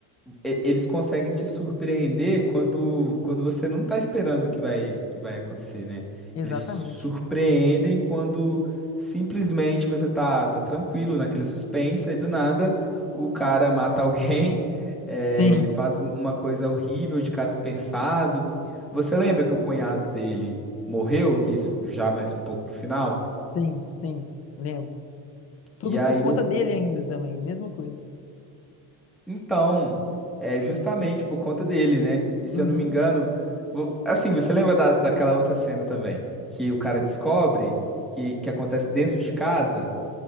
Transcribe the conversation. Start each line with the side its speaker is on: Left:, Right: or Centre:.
Centre: e- eles conseguem te surpreender quando, quando você não tá esperando que vai, que vai acontecer, né?
Left: exatamente.
Centre: Eles te surpreendem quando simplesmente você tá, tá tranquilo naquele suspense, aí do nada o cara mata alguém, <laughs> eh,
Left: Sim,
Centre: ele faz uma coisa horrível de caso pensado. Você lembra que o cunhado dele morreu? Que isso já mais um pouco pro final?
Left: <laughs> sim, sim, lembro. Tudo
Centre: E aí
Left: por conta
Centre: no
Left: dele ainda também, mesma coisa.
Centre: Então, é justamente por conta dele, né? E se
Left: Uhum.
Centre: eu não me engano, vo- assim, você lembra da, daquela outra cena também, que o cara descobre que, que acontece dentro de casa?